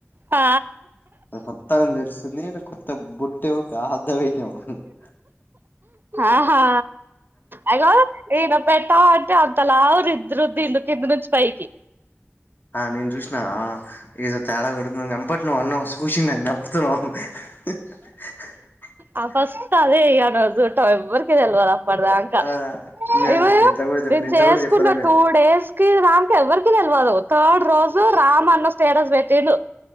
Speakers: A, on the right; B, on the left.
A: ఆ
B: ఆ కొత్తగ మెరిస్ నేను కొత్త బుట్టకాద్ద వయి <unintelligible>
A: ఆహా ఆగో ఈయన పెట్టా అంటే అంతలావు నిద్ద్ర దిండు కింద నుంచి పైకి
B: ఆ నేను చూసిన ఆ ఎదో తేడా కొడు తుంది వెంప అన్నం చూచంద నబతున్నా <unintelligible>
A: ఆ ఫస్ట్ అదే ఇగ నువ్వు చూడటం ఎవ్వరికి తెల్వదు అప్పటి దాకా
B: ఆ నే అంటున్నా
A: ఇవ <unintelligible>
B: ఇంట్లో కూడా చెప్పలే
A: నేను
B: ఇంట్లో
A: చేసుకున్న
B: కూడా చెప్పాలే నేను
A: టూ డేస్ కి దక ఎవ్వరికి తెలివాల థర్డ్ రోజు రామ్ అన్న స్టేటస్ పెట్టిండు